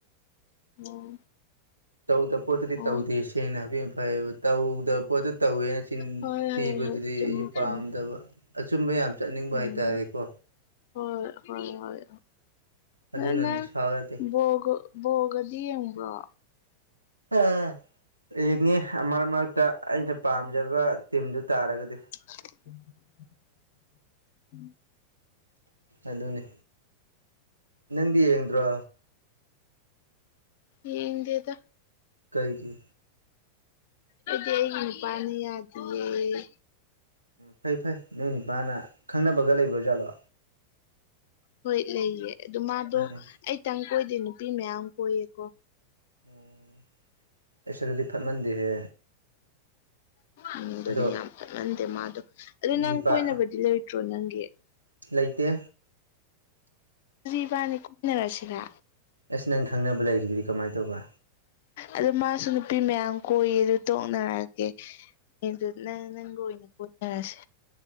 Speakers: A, on the left; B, on the right.
A: <unintelligible>
B: ꯇꯧꯗ ꯄꯣꯠꯇꯗꯤ
A: ꯑꯣ
B: ꯇꯧꯗꯦ ꯁꯦꯡꯅ ꯍꯥꯏꯕꯤꯑꯝ ꯐꯩꯑꯦꯕ ꯇꯧꯗꯕ ꯄꯣꯠꯇ ꯇꯧꯋꯦꯅ ꯆꯤꯟꯊꯤꯕꯗꯨꯗꯤ
A: ꯍꯣꯏ ꯍꯣꯏ ꯍꯣꯏ ꯆꯨꯝꯃꯦ
B: ꯑꯩꯁꯨ ꯄꯥꯝꯗꯕ
A: ꯆꯨꯝꯃꯦ
B: ꯑꯆꯨꯝꯕ ꯌꯥꯝ ꯆꯠꯅꯤꯡꯕ
A: ꯎꯝ
B: ꯍꯥꯏꯇꯥꯔꯦꯀꯣ
A: ꯍꯣꯏ ꯍꯣꯏ ꯍꯣꯏ
B: ꯑꯗꯨꯅ
A: ꯅꯅꯪ
B: ꯅꯤꯁꯥ ꯅꯠꯇꯦ
A: ꯕꯣꯜꯒ ꯕꯣꯜꯒꯗꯤ ꯌꯦꯡꯕ꯭ꯔꯣ
B: ꯑ ꯔꯦꯡꯉꯦ ꯃꯔꯛ ꯃꯔꯛꯇ ꯑꯩꯅ ꯄꯥꯝꯖꯕ ꯇꯤꯝꯗꯨ ꯇꯥꯔꯒꯗꯤ
A: <inaudible> <inaudible>
B: ꯑꯗꯨꯅꯤ ꯅꯪꯗꯤ ꯌꯦꯡꯗ꯭ꯔꯣ
A: ꯌꯦꯡꯗꯦꯗ
B: ꯀꯩꯒꯤ
A: ꯑꯩꯗꯤ ꯑꯩꯒꯤ ꯅꯨꯄꯥꯅ ꯌꯥꯗꯤꯌꯦ
B: ꯐꯩ ꯐꯩ ꯅꯣꯏ ꯅꯤꯄꯥꯅ ꯈꯪꯅꯕꯒ ꯂꯩꯕ ꯖꯥꯠꯂꯣ
A: ꯍꯣꯏ ꯂꯩꯌꯦ ꯑꯗꯨ ꯃꯥꯗꯣ
B: ꯎꯝ
A: ꯑꯩꯇꯪ ꯀꯣꯏꯗꯦ ꯅꯨꯄꯤ ꯃꯌꯥꯝ ꯀꯣꯏꯌꯦꯀꯣ
B: ꯎꯝ ꯑꯩꯁ ꯑꯗꯨꯗꯤ ꯐꯠꯃꯟꯗꯦꯍꯦ
A: ꯑꯗꯨꯅꯤ
B: ꯑꯗꯣ
A: ꯌꯥꯝ ꯐꯠꯃꯟꯗꯦ ꯃꯥꯗꯣ ꯑꯗꯨ ꯅꯪ
B: ꯅꯤꯄꯥ
A: ꯀꯣꯏꯅꯕꯗꯤ ꯂꯩꯇ꯭ꯔꯣ ꯅꯪꯒꯤ
B: ꯂꯩꯇꯦ
A: ꯑꯗꯨꯗꯤ ꯏꯕꯥꯅꯤ ꯀꯣꯏꯅꯔꯁꯤꯔꯥ
B: ꯑꯁ ꯅꯪ ꯈꯪꯅꯕ ꯂꯩꯔꯤꯗꯨꯗꯤ ꯀꯃꯥꯏꯅ ꯇꯧꯕ
A: ꯑꯗꯨ ꯃꯥꯁꯨ ꯅꯨꯄꯤ ꯃꯌꯥꯝ ꯀꯣꯏꯌꯦ ꯑꯗꯨ ꯇꯣꯛꯅꯔꯒꯦ <unintelligible> ꯅꯪ ꯅꯪꯒ ꯑꯣꯏꯅ ꯀꯣꯢꯅꯔꯁꯦ